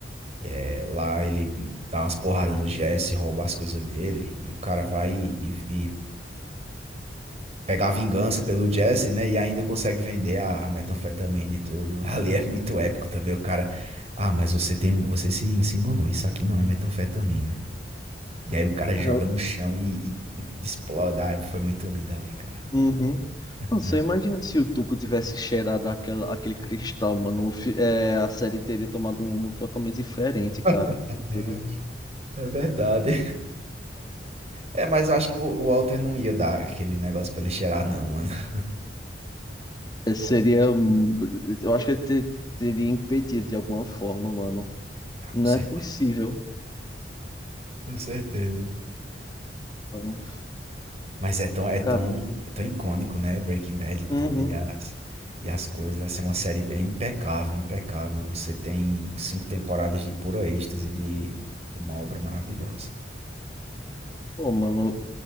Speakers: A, on the right (about 35°); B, on the left (about 25°).
A: é, lá, ele dá umas porradas no Jesse, rouba as coisas dele. E o cara vai e, e pegar vingança pelo Jesse, né? E ainda consegue vender a metanfetamina e tudo. <laughs> Ali é muito épico também. O cara, ah, mas você tem, um- você se, se enganou. Isso aqui não é metanfetamina. E aí o cara joga
B: Cara,
A: no chão e, e, e explode. Ah, foi muito lindo ali, cara.
B: Uhum. Não,
A: É.
B: você imagina se o Tuco tivesse cheirado aquela, aquele cristal, mano. O fi- é, a série teria tomado um rumo totalmente diferente,
A: <laughs>
B: cara. Teria,
A: Ah, É verdade. É, mas eu acho que o o Walter não ia dar aquele negócio pra ele cheirar não, mano. <laughs>
B: é, seria.
A: Eu acho que
B: hum,
A: não.
B: Eu acho que ele te- teria impedido de alguma forma, mano.
A: Ah,
B: Não
A: com certeza.
B: é possível,
A: Com certeza.
B: mano.
A: Mas é tão, é tão,
B: Cara,
A: é tão icônico, né? Breaking Bad e tudo,
B: uhum.
A: e as, e as coisas. Assim, é uma série bem impecável, impecável. Você tem cinco temporadas de puro êxtase, de, de uma obra maravilhosa.
B: Pô, mano,